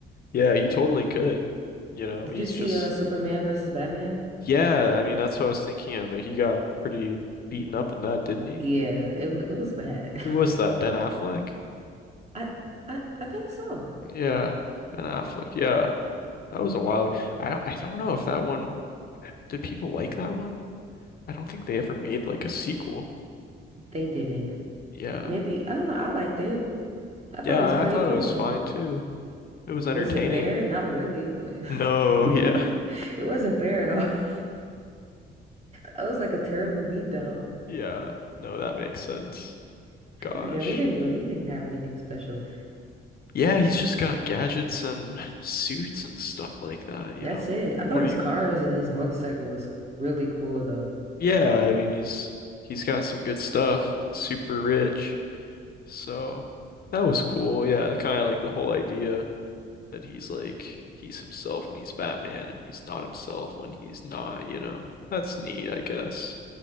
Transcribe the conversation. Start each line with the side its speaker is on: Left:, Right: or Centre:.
Left: Yeah, he totally could. You know,
Right: Did
Left: he's
Right: you see
Left: just,
Right: uh Superman versus Batman?
Left: yeah, I mean, that's what I was thinking of. Like, He got pretty beaten up in that, didn't he?
Right: Yeah, it was it was bad.
Left: Who was that? Ben Affleck?
Right: <laughs> I I I think so.
Left: Yeah, Ben Affleck. Yeah, that was a while. I don't, I don't know if that one, did people like that one? I don't think they ever made like a sequel.
Right: They didn't.
Left: Yeah.
Right: Maybe I don't know. I liked it. I thought
Left: Yeah,
Right: it was pretty
Left: I thought
Right: cool.
Left: it was fine too. It was entertaining.
Right: Was it fair? Not really, but
Left: No,
Right: <laughs>
Left: yeah. <laughs>
Right: it wasn't fair at all. <laughs> That was like a terrible beatdown. <laughs>
Left: Yeah. No, that makes sense. Gosh.
Right: You know, he didn't do, he didn't have anything special.
Left: Yeah, he's just got gadgets and <laughs> suits and stuff like that, you
Right: That's
Left: know.
Right: it. I thought
Left: What do
Right: his
Left: you
Right: cars and his motorcycle was really cool though.
Left: Yeah, I mean he's he's got some good stuff, super rich. So that was cool. Yeah, kind of like the whole idea that he's like he's himself when he's Batman and he's not himself when he's not, you know. That's neat, I guess.